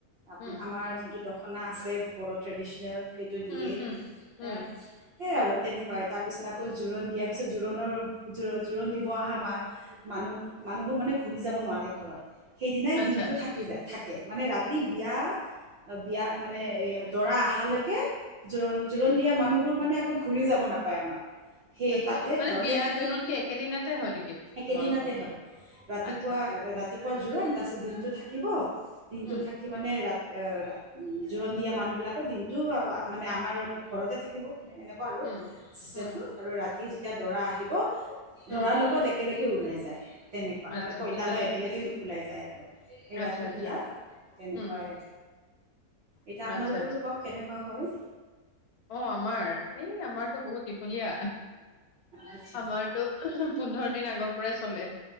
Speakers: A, on the right (about 60°); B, on the left (about 80°).
A: আপোনাৰ
B: উম
A: আমাৰ যোনটো দখনা আছে, বডো ট্ৰেডিচনেল সেইটো দিয়েই
B: উম হুম
A: এ।
B: উম
A: সেইয়াই আৰু তেনেকুৱাই তাৰপিছত আকৌ জোৰোণ দিয়াৰ পিছত জোৰোণৰ জোৰোণ দিব অহা ম মানুহ মানুহবোৰ মানে ঘূৰি যাব নোৱাৰে ঘৰত। সেইদিনাই
B: আচ্ছা
A: দিনটো থাকি যায়। থাকে, মানে ৰাতি বিয়া বিয়া মানে এ দৰা অহালৈকে জোৰণ জোৰণ দিয়া মানুহবোৰ মানে আকৌ ঘূৰি যাব নাপায় আমাৰ। সেই
B: আচ্ছা
A: তাতে
B: মানে
A: ঘৰতে
B: বিয়া
A: থাকে
B: জোৰণ কি একেদিনতে হয় নেকি
A: একেদিনাতে
B: তোমালোকৰ?
A: হয় ৰাতিপুৱা
B: আচ্ছা।
A: ৰাতিপুৱা জোৰণ তাৰপিছত দিনটো থাকিব দিনটো
B: উম
A: থাকি মানে ৰাতি এ উম জোৰণ দিয়া মানুহ বিলাকৰ দিনটো মানে আমাৰ ঘৰতে থাকিব। মানে, এনেকুৱা আৰু
B: উম
A: ছিষ্টেমটো
B: উম
A: আৰু ৰাতি এতিয়া দৰা আহিব
B: উম
A: দৰাৰ লগোকো দেখ একেলগেও ওলাই যায়। তেনেকুৱা,
B: আচ্ছা
A: মানে কইনালৈ
B: আচ্ছা
A: একেলগে ওলাই যায়। যাই আৰু। এই
B: আচ্ছা
A: ৰাতি
B: আচ্ছা
A: বিয়া, তেনেকুৱাই
B: উম
A: এতিয়া আপোনালোকৰো
B: আচ্ছা আচ্ছা
A: কওক কেনে থকা হয়।
B: অ আমাৰ, এই আমাৰতো বহুত দি বলিয়া,
A: আচ্ছা
B: আমাৰতো পোন্ধৰ দিন আগৰ পৰাই চলে,